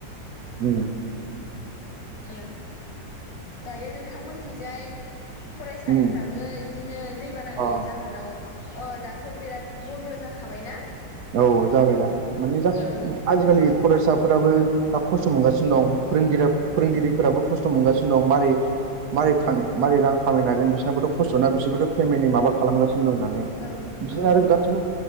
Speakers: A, on the right; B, on the left.
A: <inaudible> उम
B: ओ, दायो नोंथांमोनखिजाय फरायसालिफ्राबो
A: उम
B: इदिनो दैबानानि
A: अ
B: जाहोनाव ओ दाथ' बिराद बन्द' जाखाबायना।
A: औ जाबाय दा माने जा
B: औ
A: आजिखालि फरायसाफोराबो दा खस्थ' मोनगासिनो दं फोरोंगिरि फोरोंगिरिफोराबो खस्थ' मोनगासिनो दं मारै मारै थां मारै रां खामायनो हागोन बिसनाबोथ' खस्थ' ना बिसोरबोथ' फेमिलि माबा खालामगासिनो दं होननानै।
B: औ
A: बिदिनो
B: औ
A: आरो गासिबो